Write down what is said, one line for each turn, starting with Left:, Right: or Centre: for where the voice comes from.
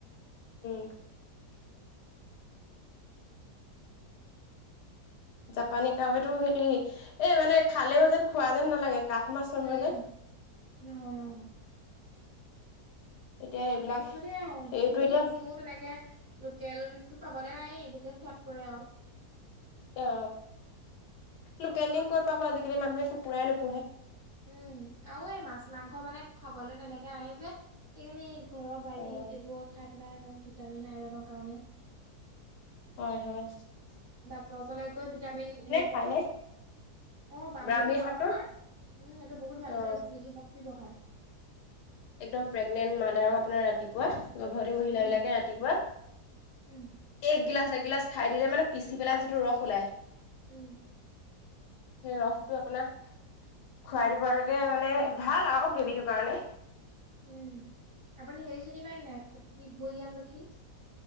Left: <unintelligible> জাপানী কাৱৈটো হেৰি এ মানে খালেও যেন খোৱা যেন নালাগে। কাঠ মাছ নহয়
Right: উম
Left: যে
Right: হয় অ।
Left: এতিয়া এইবিলাক
Right: তাৰ পাছতে আৰু
Left: সেইটো এতিয়া
Right: দিম চিমো তেনেকে লোকেলটো পাবলে নাই এইবোৰ খোৱাত পৰাও
Left: অ লোকেল ডিম ক'ত পাব আজিকালি মানুহে কুকুৰাই নোপোহে।
Right: উম আৰু এই মাছ-মাংস মানে খাবলৈ তেনেকে আহি যে এইকাৰান ঘৰৰ বাৰী
Left: অ
Right: এইবোৰ খাই। পেলাই আৰু ভিটামিন আইৰনৰ কাৰণে।
Left: হয়-হয়
Right: ডাক্তৰৰ ওচৰলৈ গৈ ভিটামিন হেৰি
Left: খায়নে
Right: ক অ' বাহ্মীটো
Left: ব্ৰাহ্মী
Right: পাও
Left: শাকটো
Right: নহয়। উম। এইটো বহুত ভালো
Left: অ
Right: স্মৃতি শক্তি বঢ়ায়।
Left: একদম প্ৰেগনেণ্ট মাদাৰক আপোনাৰ ৰাতিপুৱা। গৰ্ভৱতী মহিল
Right: উম
Left: বিলাকে ৰাতিপুৱা
Right: উম
Left: এক গিলাছ। এইগিলাচ খাই দিলে মানে পিচি পেলাই যিটো ৰস ওলায়।
Right: উম।
Left: সেই ৰসটো আপোনাৰ খুৱাই দিব লকে মানে ভাল আৰু বেবিটোৰ কাৰণে।
Right: উম। আপুনি হেৰি চিনি পায় ন নাই? হৈূৰিয়াম লখী।